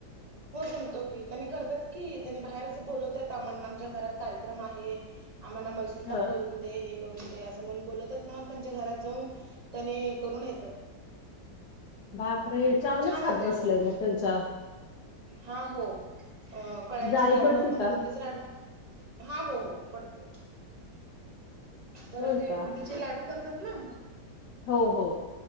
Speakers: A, on the right; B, on the left.
A: हो जमतो की त्यांनी करतात की त्यांनी बाहेरच बोलवतय आमण आमच्या घरात कार्यक्रम आहे. आम्हा नाम स्वयंपाक
B: हा
A: करून दे हे करून दे असं म्हणून बोलतच ना त्यांच्या घरात जाऊन त्याने करून येतात.
B: बाप रे चांगलाच
A: छान
B: हात
A: होतय
B: बसलाय
A: खरं
B: ना त्यांचा.
A: हा हो कळ्याचे
B: जाळी
A: लाडू
B: पडते
A: आपण
B: का?
A: बुंदीच लाडू हा हो हो पडतय पर
B: होय
A: ते
B: का?
A: बुंदीचे लाडू करतात ना.
B: हो हो.